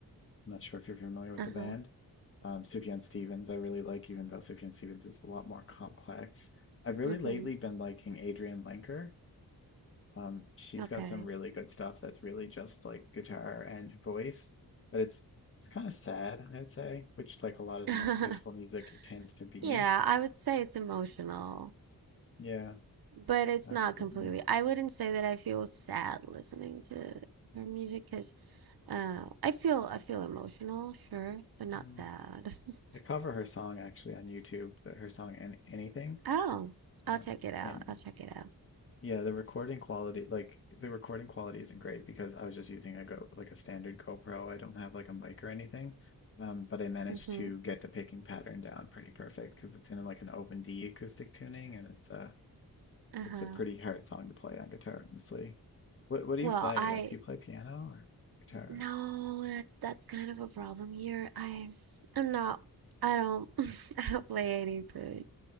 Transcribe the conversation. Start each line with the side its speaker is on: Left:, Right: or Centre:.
Left: I'm not sure if you're familiar with
Right: Uh-huh.
Left: the band um, Sufjan Stevens, I really like, even though Sufjan Stevens is a lot more complex. I've really
Right: Mm-hmm.
Left: lately been liking Adrienne Lenker. Um, she's
Right: Okay.
Left: got some really good stuff that's really just like guitar and voice, but it's it's kind of sad, I'd say, which like a lot of
Right: <laughs>
Left: the most beautiful music it tends to be.
Right: Yeah, I would say it's emotional.
Left: Yeah,
Right: but it's
Left: absolutely.
Right: not completely. I wouldn't say that I feel sad listening to her music because uh, I feel I feel emotional, sure, but not
Left: Mm.
Right: sad. <laughs>
Left: I cover her song actually on YouTube, that her song and anything.
Right: Oh, I'll
Left: Um,
Right: check it out.
Left: and
Right: I'll check it out.
Left: Yeah, the recording quality, like the recording quality isn't great because I was just using a go like a standard GoPro. I don't have like a mic or anything. Um, but I managed
Right: Mm-hmm.
Left: to get the picking pattern down pretty perfect because it's in like an open D acoustic tuning and it's a
Right: Uh-huh.
Left: it's a pretty hard song to play on guitar, honestly. What what do
Right: Well,
Left: you play?
Right: I
Left: Like, do you play piano or guitar?
Right: no, that's that's kind of a problem here. I I'm not. I don't. <laughs> I don't play anything,